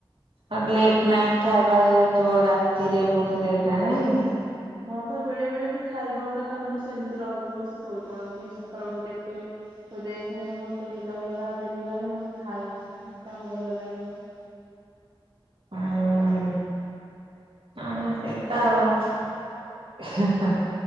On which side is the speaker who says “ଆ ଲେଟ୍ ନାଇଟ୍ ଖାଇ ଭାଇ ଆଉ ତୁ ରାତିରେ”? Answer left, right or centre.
Right